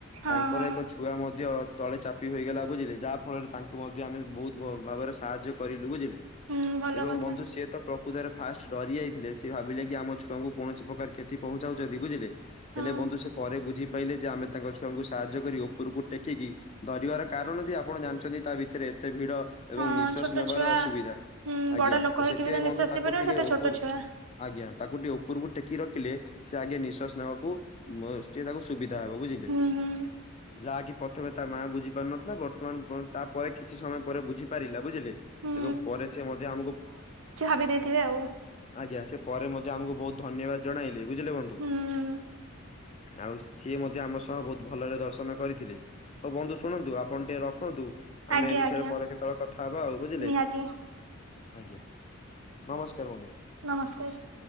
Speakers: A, on the right (about 70°); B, on the left (about 30°).
A: ହଁ
B: ତାଙ୍କର
A: ହଁ
B: ଏକ ଛୁଆ ମଧ୍ୟ ଅ ତଳେ ଚାପି ହୋଇଗଲା ବୁଝିଲେ ଯାହା ଫଳରେ ତାଙ୍କୁ ମଧ୍ୟ ଆମେ ବହୁତ ଭାବରେ ସାହାଯ୍ୟ କରିଲୁ ବୁଝିଲେ
A: ହୁଁ ଭଲ
B: ଏବଂ
A: କଥା
B: ବନ୍ଧୁ ସେ ତ ପ୍ରକୃତରେ ଫାଷ୍ଟ ଡରି ଯାଇଥିଲେ ସେ ଭାବିଲେ କି ଆମ ଛୁଆଙ୍କୁ କୌଣସି ପ୍ରକାର କ୍ଷତି ପହଞ୍ଚାଉଛନ୍ତି ବୁଝିଲେ ହେଲେ
A: ହଁ
B: ବନ୍ଧୁ ସେ ପରେ ବୁଝି କହିଲେ ଯେ ଆମେ ତାଙ୍କ ଛୁଆଙ୍କୁ ସାହାଯ୍ୟ କରି ଉପରକୁ ଟେକିକି ଧରିବାର କାରଣ ଯେ ଆପଣ ଜାଣିଛନ୍ତି ତା ଭିତରେ ଏତେ ଭିଡ ଏବଂ
A: ହଁ
B: ନିଃଶ୍ଵାସ
A: ଛୋଟ
B: ନେବାର
A: ଛୁଆ
B: ଅସୁବିଧା।
A: ହୁଁ
B: ଆଜ୍ଞା
A: ବଡ ଲୋକ
B: ତ
A: ହେଇକି
B: ସେଥିପାଇଁ
A: ବି ନିଶ୍ୱାସ
B: ବନ୍ଧୁ ତାକୁ
A: ନେଇପାରିବେ
B: ଟିକେ
A: ସେତେ
B: ଉପରୁ
A: ଛୋଟ ଛୁଆ
B: ଆଜ୍ଞା। ତାକୁ ଟିକେ ଉପରକୁ ଟେକି ରଖିଲେ ସେ ଆଗେ ନିଶ୍ଵାସ ନବାକୁଏ ତାକୁ ସୁବିଧା ହବ ବୁଝିଲେ
A: ହୁଁ ହୁଁ
B: ଯାହାକି ପ୍ରଥମେ ତା ମା ବୁଝି ପାରୁ ନଥିଲା ବର୍ତ୍ତମାନ ଆ ତାପରେ କିଛି ସମୟ ପରେ ବୁଝିପାରିଲା ବୁଝିଲେ
A: ହୁଁ
B: ଏବଂ ପରେ ସେ ମଧ୍ୟ ଆମକୁ
A: ବି ଦେଇଥିବେ ଆଉ।
B: ଆଜ୍ଞା ସେ ପରେ ମଧ୍ୟ ଆମକୁ ବହୁତ ଧନ୍ୟବାଦ ଜଣାଇଲେ ବୁଝିଲେ ବନ୍ଧୁ।
A: ହୁଁ
B: ଆଉ ସିଏ ମଧ୍ୟ ଆମ ସହ ବହୁତ ଭଲରେ ଦର୍ଶନ କରିଥିଲେ ହଉ ବନ୍ଧୁ ଶୁଣନ୍ତୁ ଆପଣ ଟିକେ ରଖନ୍ତୁ ଆମେ
A: ଆଜ୍ଞା
B: ଏଇ ବିଷୟରେ
A: ଆଜ୍ଞା
B: ପରେ କେତେବେଳେ କଥା ହବା ଆଉ ବୁଝିଲେ।
A: ନିହାତି
B: ଆଜ୍ଞା ନମସ୍କାର ବନ୍ଧୁ।
A: ନମସ୍କାର।